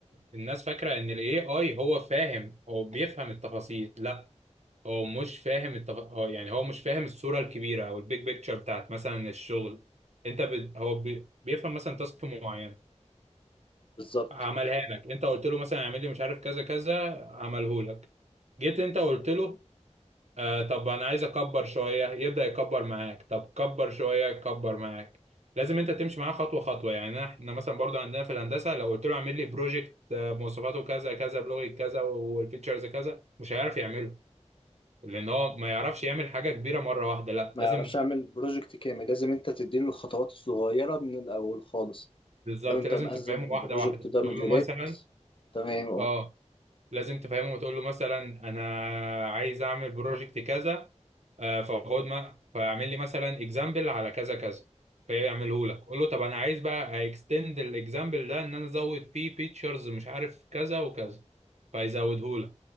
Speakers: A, on the right; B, on the left.
A: الناس فاكره ان الاي اي هو فاهم هو بيفهم التفاصيل لا هو مش فاهم التف... هو يعني هو مش فاهم الصوره الكبيره او البيج بيكتشر بتاعت مثلا الشغل انت ب... هو بي... بيفهم مثلا تاسك معين
B: بالظبط
A: عملها لك انت قلت له مثلا اعمل لي مش عارف كذا كذا عمله لك جيت انت قلت له آه طب انا عايز اكبر شويه يبدا يكبر معاك طب كبر شويه يكبر معاك لازم انت تمشي معاه خطوه خطوه يعني احنا مثلا برضو عندنا في الهندسه لو قلت له اعمل لي بروجكت مواصفاته كذا كذا بلغه كذا والفيتشرز كذا مش هيعرف يعمله لان هو ما يعرفش يعمل حاجه كبيره مره واحده لا
B: ما
A: لازم
B: يعرفش أعمل بروجكت كامل لازم أنت تديله الخطوات الصغيرة من الأول خالص
A: بالظبط
B: لو أنت
A: لازم
B: مقسم
A: تفهمه
B: البروجكت
A: واحده واحده
B: ده مديولات
A: تقول له مثلا
B: تمام
A: اه لازم تفهمه وتقول له مثلا انا عايز اعمل بروجكت كذا آه، فخد ما فيعمل لي مثلا اكزامبل على كذا كذا فيعمله لك قول له طب انا عايز بقى اكستند الاكزامبل ده ان انا ازود فيه فيتشرز مش عارف كذا وكذا فيزوده لك